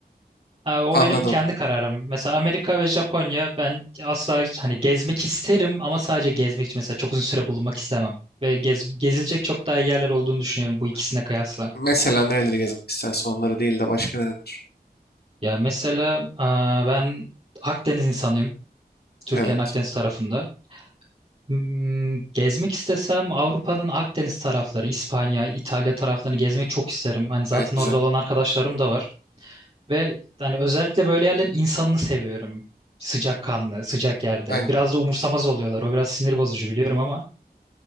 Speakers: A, on the right; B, on the left.
A: Aa, O
B: Anladım.
A: benim kendi kararım. Mesela Amerika ve Japonya ben asla hani gezmek isterim ama sadece gezmek için mesela çok uzun süre bulunmak istemem. Ve gez- gezilecek çok daha iyi yerler olduğunu düşünüyorum bu ikisine kıyasla.
B: Mesela nereleri gezmek istersin onları değil de başka nereler?
A: Ya mesela aa, ben Akdeniz insanıyım. Türkiye'nin
B: Evet.
A: Akdeniz tarafında. Hmm, gezmek istesem Avrupa'nın Akdeniz tarafları, İspanya, İtalya taraflarını gezmeyi çok isterim. Hani zaten
B: Evet güzel.
A: orada olan arkadaşlarım da var. Ve hani özellikle böyle yerlerin insanını seviyorum. Sıcakkanlı, sıcak yerde.
B: Aynen.
A: Biraz da umursamaz oluyorlar. O biraz sinir bozucu biliyorum ama